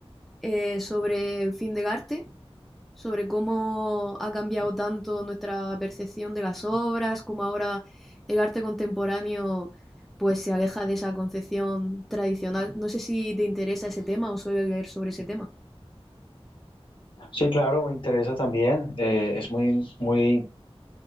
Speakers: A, in the centre; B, on the left.
A: eh, sobre el fin del arte, sobre cómo ha cambiado tanto nuestra percepción de las obras, cómo ahora el arte contemporáneo pues se aleja de esa concepción tradicional. No sé si te interesa ese tema o suele leer sobre ese tema.
B: Sí, claro, me interesa también. eh, es muy, muy,